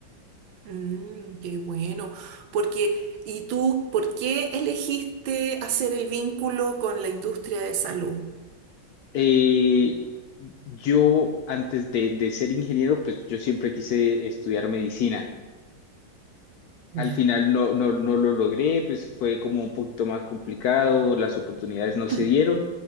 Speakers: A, on the right; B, on the left.
A: Mm, qué bueno. Porque, ¿y tú por qué elegiste hacer el vínculo con la industria de salud?
B: Eh, yo antes de, de ser ingeniero, pues yo siempre quise estudiar medicina. Al
A: Ya.
B: final no, no, no lo logré, pues fue como un poquito más complicado, las oportunidades no se
A: <clears throat>
B: dieron